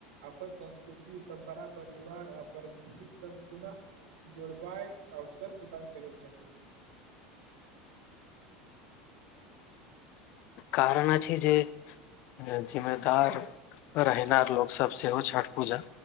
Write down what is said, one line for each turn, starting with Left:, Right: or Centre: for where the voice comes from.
Right: अपन संस्कृति, परम्परा, परिवार आ प्रकृतिक सङ्ग पुनः जोड़बायक अवसर प्रदान करैत छथिन।
Left: कारण अछि जे जिम्मेदार रहैनार लोकसभ सेहो छठि पूजा